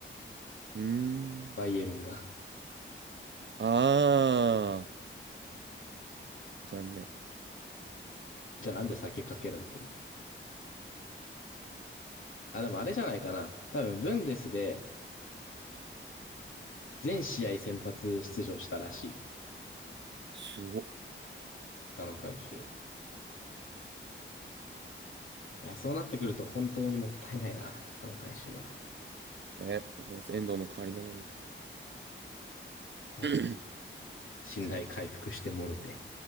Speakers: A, on the right; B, on the left.
A: うーん。
B: バイエルンが。
A: ああ、残念。
B: じゃあなんで酒かけられてんだ。あ、でもあれじゃないかな。多分、ブンデスで全試合先発出場したらしい。
A: すごっ。
B: 佐野海舟。いや、そうなってくると本当にもったいないな、その回収は。
A: ね、ごめんなさい遠藤の代わりなのに。
B: まあ、
A: <clears throat> <coughs>
B: 信頼回復してもろて。
A: そうね。